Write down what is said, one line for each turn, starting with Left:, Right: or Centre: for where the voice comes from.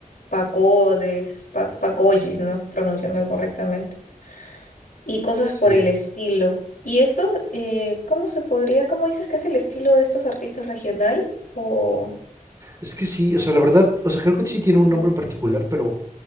Left: pagodes, pa- pagoyis, ¿no? Pronunciando correctamente. Y cosas
Right: Sí.
Left: por el estilo. ¿Y eso, eh, cómo se podría, cómo dices que es el estilo de estos artistas regional? O...
Right: Es que sí, o sea, la verdad, o sea, creo que sí tiene un
Left: Ya.
Right: nombre en particular, pero